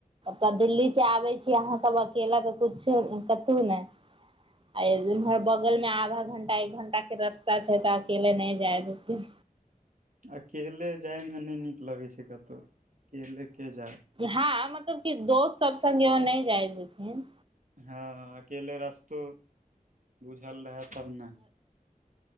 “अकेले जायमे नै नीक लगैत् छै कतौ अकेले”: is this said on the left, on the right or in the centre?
Right